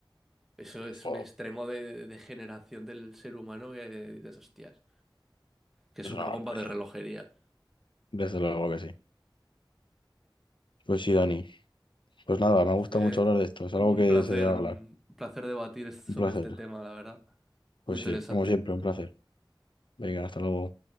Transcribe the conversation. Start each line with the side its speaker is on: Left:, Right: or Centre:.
Centre: Eso es
Left: Jo,
Centre: un extremo de, de degeneración del ser humano que dices, hostias, que es
Left: es
Centre: una
Left: una barbaridad.
Centre: bomba de relojería.
Left: Desde luego que sí. Pues sí, Dani. Pues nada, me gusta
Centre: Fue
Left: mucho hablar de esto. Es
Centre: un,
Left: algo
Centre: un
Left: que
Centre: placer,
Left: se debe hablar.
Centre: un placer debatir es- sobre
Left: Un placer.
Centre: este tema, la verdad. Muy
Left: Pues
Centre: interesante.
Left: sí, como siempre, un placer. Venga, hasta luego.